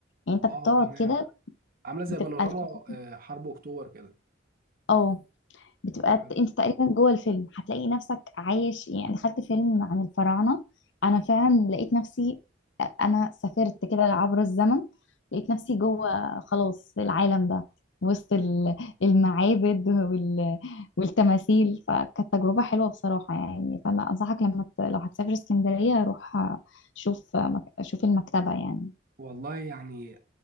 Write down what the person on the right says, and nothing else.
اه
تمام
عامله زي
بانوراما
آه، حرب اكتوبر كده
حلو.
والله يعني